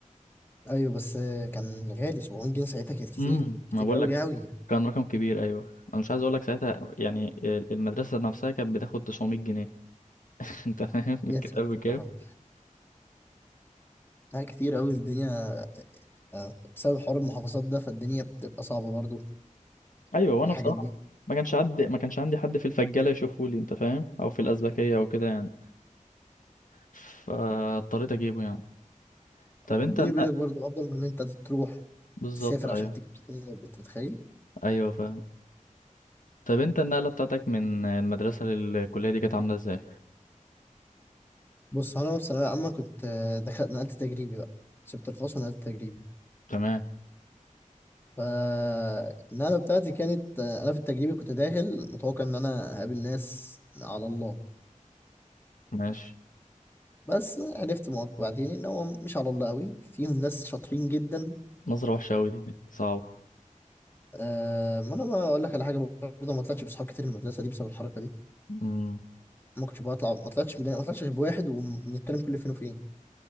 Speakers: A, on the left; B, on the left.
A: ايوه بس آه، كان غالي 700 جنيه ساعتها كانت كتير
B: امم
A: كتير
B: ما بقول
A: قوي
B: لك
A: قوي
B: كان رقم كبير ايوه انا مش عايز اقول لك ساعتها يعني المدرسه نفسها كانت بتاخد 900 جنيه <laughs> انت فاهم
A: يا
B: الكتاب
A: ساتر
B: بكام
A: يا رب لا كتير قوي الدنيا آه، بسبب حوار المحافظات ده فالدنيا بتبقى صعبه برضو في
B: ايوه وانا
A: الحاجات
B: بصراحه
A: دي
B: ما كانش عندي ما كانش عندي حد في الفجاله يشوفه لي انت فاهم او في الازبكيه او كده يعني فاضطريت اجيبه يعني طب انت
A: بيني
B: النقل
A: وبينك برضو افضل من ان انت تروح
B: بالظبط
A: تسافر
B: ايوه
A: عشان تجيب كتاب انت متخيل
B: ايوه فاهم طب انت النقله بتاعتك من المدرسه للكليه دي كانت عامله ازاي
A: بص انا في ثانويه عامه كنت آه، دخلت نقلت تجريبي بقى سبت الخاص ونقلت تجريبي
B: تمام
A: فالنقله بتاعتي كانت آه، انا في التجريبي كنت داخل متوقع ان انا هقابل ناس على الله
B: ماشي
A: بس عرفت مؤك- بعدين ان هو مش على الله قوي فيهم ناس شاطرين جدا
B: نظره وحشه قوي دي صعبه
A: أه ما انا بقول لك على حاجه برضه ما طلعتش بصحاب كتير من المدرسه دي بسبب الحركه دي
B: امم
A: ما كنتش بطلع ما طلعتش بلا- ما طلعتش غير بواحد وبنتكلم كل فين وفين